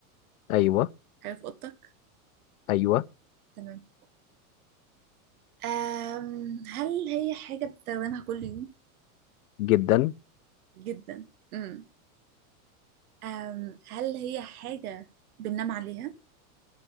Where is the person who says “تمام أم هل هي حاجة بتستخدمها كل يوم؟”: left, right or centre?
Right